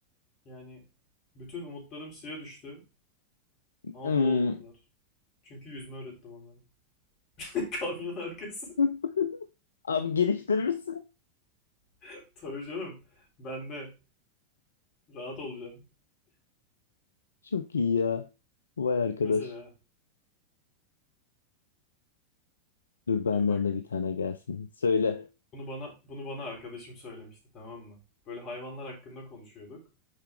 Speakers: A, on the left (about 35°); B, on the left (about 70°).
A: Yani bütün umutlarım suya düştü ama
B: Hmm.
A: boğulmadılar. Çünkü yüzme öğrettim onlara. <laughs> Kamyon arkası.
B: <laughs> Abi geliştirirsin.
A: <laughs> Tabii canım. Ben de rahat olacaksın.
B: Çok iyi ya. Vay arkadaş.
A: Mesela
B: Dur benden
A: ya bak
B: de bir tane gelsin. Söyle.
A: bunu bana bunu bana arkadaşım söylemişti tamam mı? Böyle hayvanlar hakkında konuşuyorduk.